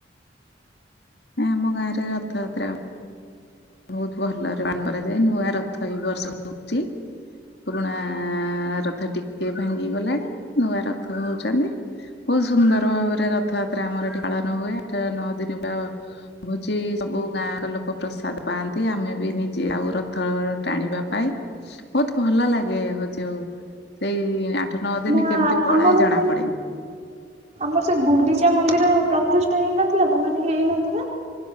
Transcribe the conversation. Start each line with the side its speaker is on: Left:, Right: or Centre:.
Left: ନାଇ ଆମ ଗାଁରେ ରଥଯାତ୍ର ହୁ ବହୁତ ଭଲରେ ପାନ କରାଯାଏ ନୂଆ ରଥ ଏ ବର୍ଷ ହଉଛି। ପୁରୁଣା ରଥ ଟିକେ ଭାଙ୍ଗି ଗଲାଣି ନୂଆ ରଥ ହଉଛନ୍ତି। ବହୁତ ସୁନ୍ଦର ଭାବରେ ରଥଯାତ୍ରା ଆମର ଏଠି ପାଳନ ହୁଏ ଆଠ ନଅ ଦିନ ର ଭୋଜି ସବୁ ଗାଁ ଲୋକ ପ୍ରସାଦ ପାଆନ୍ତି ଆମେ ବି ନିଜେ ଆଉ ରଥ ଟାଣିବା ପାଇଁ ବହୁତ ଭଲ ଲାଗେ ହଉଛି ଆଉ ସେଇ ଆଠ ନଅ ଦିନ
Right: ନା
Left: କେମିତି ପଳାଏ
Right: ଆମର
Left: ଜଣା
Right: ସେଇ
Left: ପଡେନି।
Right: ଆମର ସେ ଗୁଣ୍ଡିଚା ମନ୍ଦିର ପ୍ରତିଷ୍ଠା ହେଇନଥିଲା ତ ମାନେ ହେଇନଥିଲା